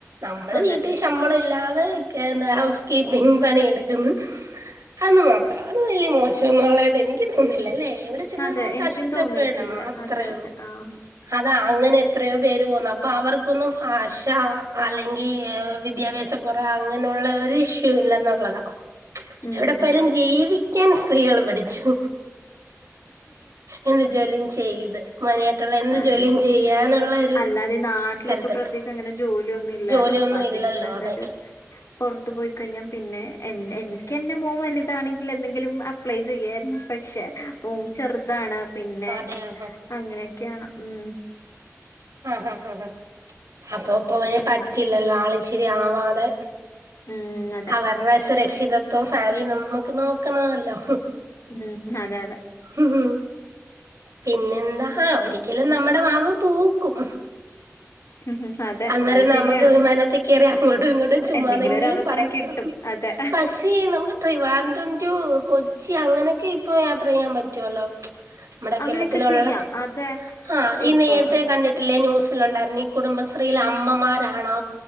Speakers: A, on the right; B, on the left.
A: നമ്മള്
B: അതെ
A: വീട്ടി ശ് ശമ്പളം ഇല്ലാതെ ക് എന്താ ഹൗസ് കീപ്പിംഗ് പണി എടുക്കുന്നു അത് മാത്രം അത് വലിയ മോശ ന്നുള്ളതായിട്ട് എനിക്ക് തോന്നില്ല അല്ലേ എവിടെ ച്ച്മ്മ
B: അതെ എനിക്കും
A: കഷ്ടപ്പെടണം
B: തോന്നിയിട്ടില്ല
A: അത്രേ
B: അതെ അതെ
A: ഉള്ളൂ.
B: ആഹ്
A: അതാ അങ്ങനെ എത്രയോ പേര് പോന്നുന്നു അപ്പൊ അവർക്കൊന്നും ഭാഷ അല്ലെങ്കിൽ വിദ്യാഭ്യാ പച്ച <unintelligible> കുറവ അങ്ങനെയുള്ള ഒരു ഇഷ്യൂ ഇല്ലെന്നുള്ളതാ.
B: ഉം
A: എവിടെ പ്പൊയ ലും ജീവിക്കാൻ സ്ത്രീകൾ പഠിച്ചു എന്ത് ജോലിയും ചെയ്ത് മനായിട്ടുള്ള എന്ത്
B: ആഹ്
A: ജോലിയും ചെയ്യാനുള്ള ഒരു
B: അല്ലാതെ നാട്ടിലിപ്പൊ
A: കരുതുണ്ട്
B: പ്രത്യേകിച്ച് അങ്ങനെ ജോലിയൊന്നും ഇല്ലാലോ
A: ജോലിയൊന്നും
B: അപ്പൊ അതിനും
A: ഇല്ലല്ലോ
B: നല്ലൊരു
A: അതെ
B: പുറത്തു പോയിക്കഴിഞ്ഞാൽ പിന്നെ എ എനിക്ക് എന്റെ മോൻ വലുതാണെങ്കിൽ എന്തെങ്കിലും അപ്ലൈ ചെയ്യായിരുന്നു പക്ഷെ മോൻ ചെറുതാണ് പിന്നെ
A: അതെ ആഹ്
B: അങ്ങനെയൊക്കെയാണ് ഉം
A: അഹാ ഹാ ഹ അപ്പൊ പോഴെ പറ്റില്ലല്ലോ ആള് ഇിച്ചിരി ആവാതെ
B: ഉം അതെ
A: അവരുടെ സുരക്ഷിതത്വം ഫാവി നമുക്ക് നോക്കണല്ലോ
B: ഉം അതെ അതെ
A: ഉം പിന്നെന്താ ഒരിക്കലും നമ്മുടെ മാവും പൂ ക്കും
B: ഉം അതെ
A: അന്നേരം
B: അത് ശരിയാണ്
A: നമുക്ക് വിമാനത്തി കയറി അങ്ങോട്ടും ഇങ്ങോട്ടും ചുമ്മാതെങ്കിലും
B: എന്തെങ്കിലും ഒരു
A: പറക്കാം
B: <unintelligible> അതെ
A: പക്ഷേ നമുക്ക് ട്രിവാൻഡ്രം ടു കൊച്ചി അങ്ങനെയൊക്കെ ഇപ്പൊ യാത്ര ചെയ്യാൻ പറ്റുവല്ലോ നമ്മടെ
B: അങ്ങനെയൊക്കെ
A: കേരളത്തിലുള്ള
B: ചെയ്യാം അതെ
A: ആ ഈ
B: ഇപ്പൊ
A: നേരത്തെ കണ്ടിട്ട് ട്ടില്ലേ ന്യൂസിലുണ്ടായിരുന്നു ഈ കുടുംബശ്രീൽ അമ്മമാരാണോ